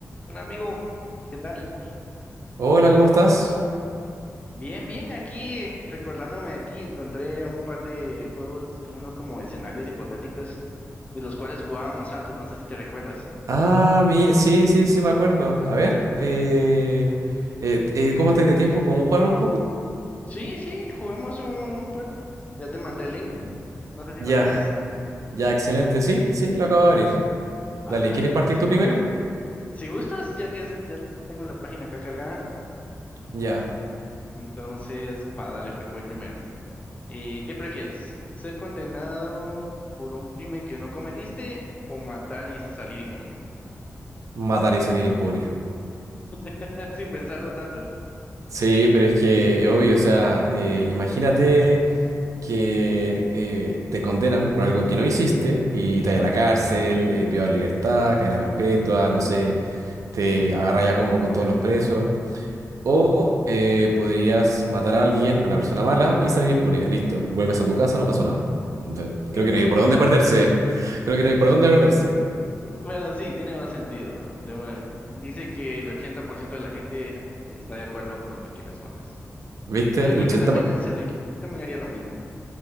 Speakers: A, on the left (about 25°); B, on the right (about 75°).
A: Hola amigo, ¿qué tal?
B: Hola, ¿cómo estás?
A: Bien, bien, aquí recordándome de ti, encontré un par de juegos, unos como escenarios hipotéticos, de los cuales jugábamos antes, no sé si te recuerdas.
B: Ah, mi, sí, sí, sí, me acuerdo. A ver, eh, eh, eh, ¿cómo estáis de tiempo? ¿Podemos jugar un poco?
A: Sí, sí, juguemos un par, ya te mandé el link, no sé si
B: Ya,
A: lo tienes.
B: ya, excelente. Sí, sí, lo acabo de abrir.
A: Va,
B: Dale,
A: dale
B: ¿quieres
A: pues.
B: partir tú primero?
A: Si gustas, ya que es- ya tengo la página acá cargada,
B: Ya,
A: entonces va, dale pues, voy primero. Eh, ¿qué prefieres? ¿Ser condenado por un crimen que no cometiste o matar y salir impune?
B: matar y salir impune.
A: <laughs> Sin pensarlo tanto.
B: Sí, pero es que es obvio, o sea, eh, imagínate que eh, te condenan por algo que no hiciste y te vayas a la cárcel, eh, privado de libertad, cadena perpetua, no sé, te agarra a combo con todos los presos. O eh, podrías matar a alguien, a una persona mala, y salir impune. Listo. Vuelves a tu casa, no pasó nada. Entonces,
A: <laughs>
B: creo que
A: No
B: no hay por
A: pasó
B: dónde
A: nada.
B: perderse. Creo que no hay por dónde perderse.
A: Bueno, sí, tiene más sentido. ah, de una vez. Dice que el 80% de la gente está de acuerdo con lo que tú respondes.
B: ¿Viste?
A: Yo
B: El
A: creo
B: 80,
A: que también
B: por-
A: se le, yo también haría lo mismo.